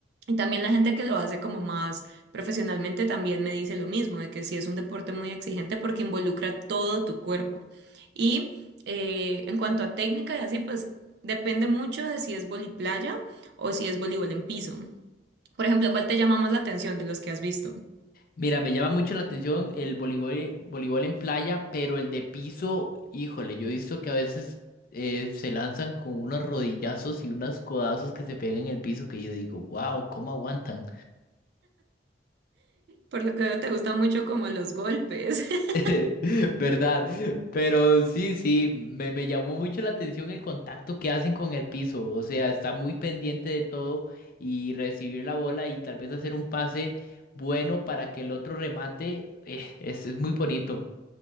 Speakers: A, on the right; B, on the left.
A: Y también la gente que lo hace como más profesionalmente también me dice lo mismo, de que sí es un deporte muy exigente porque involucra todo tu cuerpo. Y eh, en cuanto a técnica y así, pues depende mucho de si es voliplaya o si es voleibol en piso. Por ejemplo, ¿cuál te llama más la atención de los que has visto?
B: Mira, me llama mucho la atención el voleibol, voleibol en playa, pero el de piso, híjole, yo he visto que a veces eh, se lanzan con unos rodillazos y unos codazos que se pegan en el piso que yo digo, wow, ¿cómo aguantan?
A: Por lo que veo, te gustan mucho como los golpes. <laughs>
B: <laughs> ¿Verdad? Pero sí, sí, me, me llamó mucho la atención el contacto que hacen con el piso. O sea, está muy pendiente de todo y recibir la bola y tal vez hacer un pase bueno para que el otro remate. eh, es, es muy bonito.